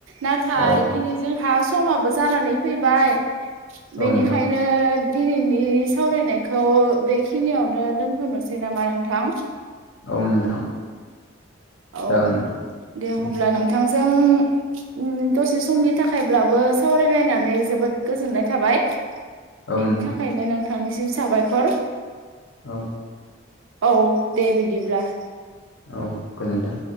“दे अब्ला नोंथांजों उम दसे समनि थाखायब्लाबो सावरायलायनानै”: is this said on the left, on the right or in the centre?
Right